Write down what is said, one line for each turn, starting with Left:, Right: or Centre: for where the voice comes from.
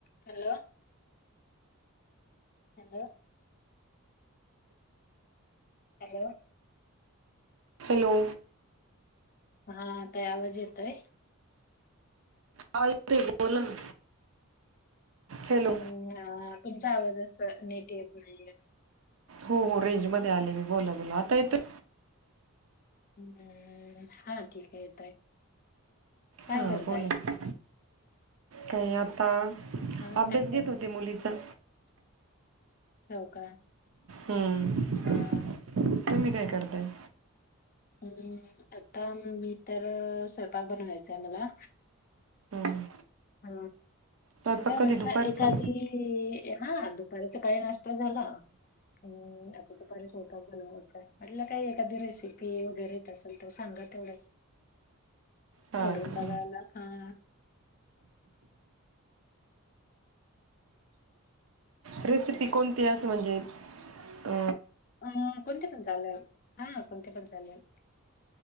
Left: Hello. Hello hello.
Right: Hello.
Left: हाताय आवाज येतय.
Right: हा ताई बोला ना हॅलो
Left: हम्म तुमचा आवाज असा नेट येत, नाही.
Right: हो हो रेंजमध्येध्ये आले मी बोला बोला आता येतोय,
Left: हम्म हा ठीक आहे येतोय. काय
Right: हा
Left: करताय
Right: बोल आता. काही आता
Left: हा
Right: अभ्यास
Left: काय करता
Right: घेत होते मुलीचा
Left: हो का.
Right: हम्म
Left: अच्छा
Right: तुम्ही काय करताय?
Left: अं आता मग मी तर स्वयंपाक बनवायचं आहे मला.
Right: हम्म.
Left: अ
Right: स्वयंपाक
Left: त्या
Right: कधी
Left: म्हटलं
Right: दुपारचा
Left: एखादी हा दु होय सकाळी नाष्टा झाला. हम्म आता दुपारी स्वयंपाक बनवायचा आहे. म्हटलं काय एखादी रेसि पी वगैर येत असेल तर सांगा तेवढंच
Right: हां
Left: करून
Right: का
Left: बघायला. हा.
Right: रेसिपी कोणती असं म्हणजे अ
Left: अ कोणती पण चाललं, हा कोणती पण- चालेल.